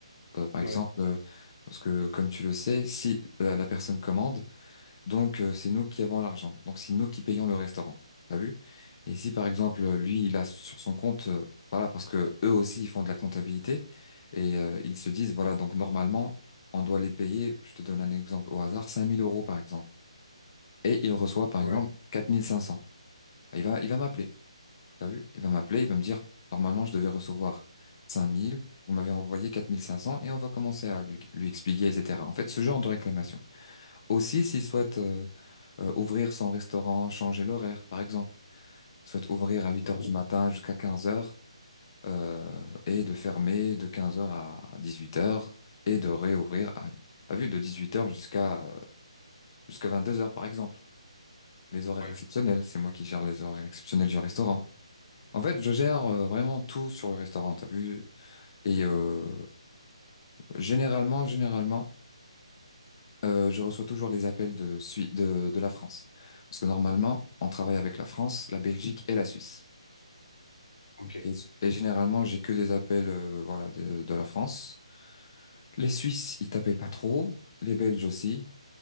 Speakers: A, on the left (about 40°); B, on the left (about 80°).
A: Euh, par exemple,
B: Ouais,
A: euh, parce que comme tu le sais, si la, la personne commande, Donc, euh, c'est nous qui avons l'argent. Donc, c'est nous qui payons le restaurant. T'as vu? Et si, par exemple, lui, il a sur son compte, euh, voilà, parce que eux aussi, ils font de la comptabilité et euh, ils se disent, voilà, donc normalement, on doit les payer, je te donne un exemple au hasard, 5000 euros, par exemple. Et il reçoit, par
B: ouais.
A: exemple, 4500. Il va, il va m'appeler. T'as vu? Il va m'appeler, il va me dire, normalement, je devais recevoir cinq mille Vous m'avez envoyé 4500 et on va commencer à lui, lui expliquer, etc. En fait, ce genre de réclamation. Aussi, s'il souhaite euh, euh, ouvrir son restaurant, changer l'horaire, par exemple. Soit ouvrir à huit
B: Mhm.
A: heures du matin jusqu'à 15 heures euh, et de fermer de 15 heures à 18 heures et de réouvrir à, à vue de 18 heures jusqu'à euh, jusqu'à deux heures, par exemple. Les horaires
B: Ouais,
A: exceptionnels, c'est moi qui gère les horaires exceptionnels du restaurant. En fait, je gère euh, vraiment tout sur le restaurant, t'as vu? Et euh, généralement, généralement, euh, je reçois toujours les appels de, Sui- de, de la France. Parce que normalement, on travaille avec la France, la Belgique et la Suisse.
B: ok.
A: Et, et généralement, j'ai que des appels, euh, voilà, de, de la France. Les Suisses, ils t'appellent pas trop. Les Belges aussi.